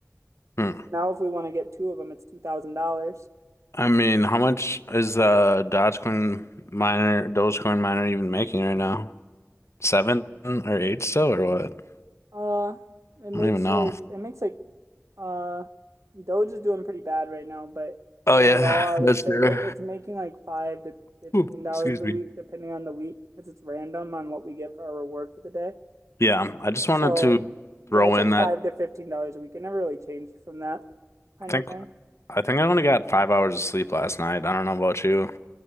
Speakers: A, on the left; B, on the right.
A: Hmm.
B: Now if we want to get two of them, it's two thousand dollars.
A: I mean, how much is uh Dogecoin miner, Dogecoin miner even making right now? Seven or eight still or what?
B: Uh, it makes
A: I don't even know.
B: like it makes like uh, Doge is doing pretty bad right now, but
A: Oh
B: overall,
A: yeah,
B: I would
A: that's
B: say
A: true.
B: that it's making like five to fifteen
A: Ooh,
B: dollars
A: excuse
B: a
A: me.
B: week, depending on the week, because it's random on what we get for our reward for the day.
A: Yeah, I just
B: So
A: wanted to
B: yeah,
A: throw
B: it's
A: in
B: like
A: that
B: five to fifteen dollars a week. It never really changed from that kind
A: I think
B: of thing.
A: I think I only got five hours of sleep last night. I don't know about you.